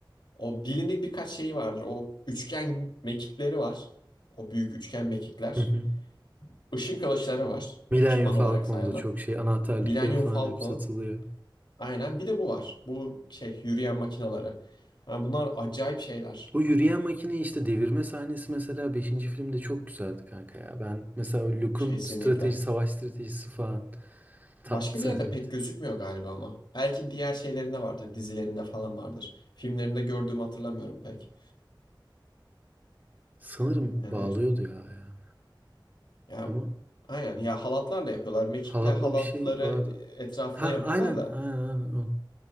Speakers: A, on the left; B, on the right.
A: o bilindik birkaç şeyi vardır. O üçgen mekikleri var. O büyük üçgen mekikler.
B: Hı hı.
A: Işın kılıçları var.
B: Millennium
A: Ekipman
B: Falcon'da
A: olarak sayalım.
B: çok şey anahtarlıkları
A: Millennium
B: falan
A: Falcon.
B: hep satılıyor.
A: Aynen bir de bu var. Bu şey yürüyen makinaları. Yani bunlar acayip şeyler.
B: Bu yürüyen makine işte devirme sahnesi mesela beşinci filmde çok güzeldi kanka ya. Ben mesela Luke'un
A: Kesinlikle.
B: strateji, savaş stratejisi falan tatlı
A: Başka
B: sahneydi.
A: bir yerde pek gözükmüyor galiba ama. Belki diğer şeylerinde vardır, dizilerinde falan vardır. Filmlerinde gördüğümü hatırlamıyorum pek.
B: Sanırım
A: Yani
B: bağlıyordu ya yani.
A: ya
B: Ama
A: aynen ya halatlarla yapıyorlar. Mekikle
B: halatlı
A: halatları
B: bir şey vardı.
A: etrafına
B: Ha
A: yapıyorlar
B: aynen
A: da
B: aynen, aynen o.